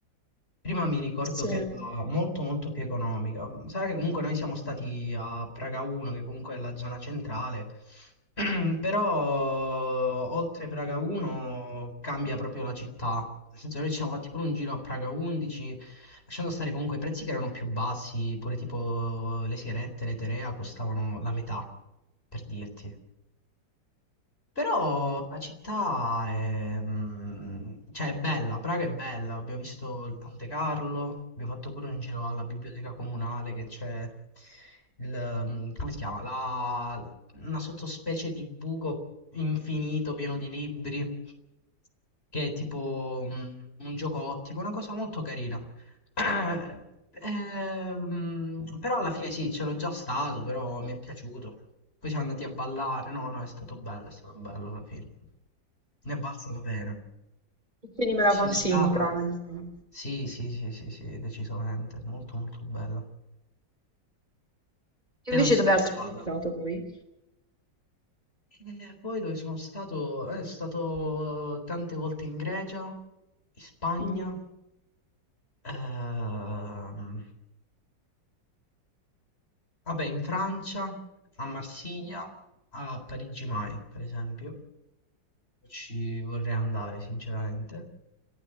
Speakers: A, on the left (about 30°); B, on the right (about 25°).
A: Prima mi ricordo
B: Sì.
A: che
B: Eh.
A: era molto molto più economica. Sarà che comunque noi siamo stati a Praga 1, che comunque è la zona centrale, <clears throat> però oltre Praga 1 cambia proprio la città. Nel senso noi ci siamo fatti pure un giro a Praga 11, lasciando stare comunque i prezzi che erano più bassi, pure tipo le sigarette, le Terea costavano la metà, per dirti. Però la città è, mm, cioè, è bella, Praga è bella, abbiamo visto il Ponte Carlo, abbiamo fatto pure un giro alla biblioteca comunale che c'è il, mm, come si chiama? La- una sottospecie di buco infinito pieno di libri, che è tipo mm, un gioco ottico, una cosa molto carina. <coughs> Ah, ehm, però alla fine sì, c'ero già stato, però mi è piaciuto. Poi siamo andati a ballare, no, no, è stato bello, è stato bello alla fine. Ne è valsa la pena.
B: Quindi me la
A: Ci
B: consigli,
A: sei stata?
B: Praga. insomma.
A: Sì, sì, sì, sì, sì, decisamente, molto molto bello.
B: Invece
A: Te non ci
B: dove
A: sei mai
B: altro
A: stata?
B: hai stato poi?
A: E poi dove sono stato? Eh, sono stato tante volte in Grecia, in Spagna,
B: Mm.
A: ehm, Vabbè, in Francia, a Marsiglia,
B: Mm.
A: a Parigi mai, per esempio, ci vorrei andare, sinceramente.